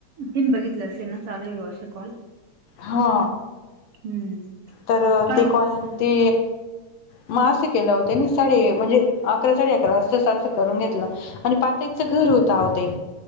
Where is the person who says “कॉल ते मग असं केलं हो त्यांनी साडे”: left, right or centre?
Left